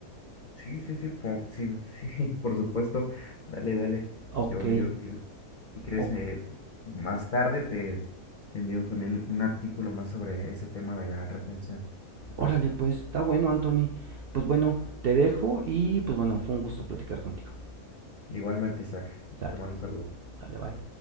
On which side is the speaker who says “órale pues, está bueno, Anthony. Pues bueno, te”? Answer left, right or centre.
Right